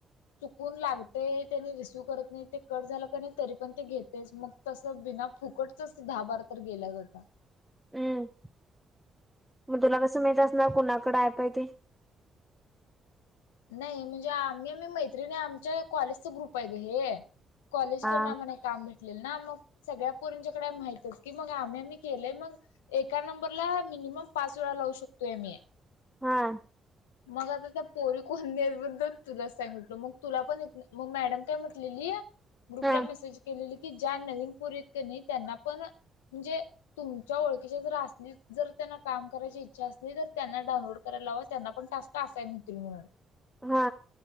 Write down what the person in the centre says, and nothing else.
हम्म, मग तुला कसं माहित असणार कुणाकडे ॲप आहे ते?
हा
हा.
हा
हा.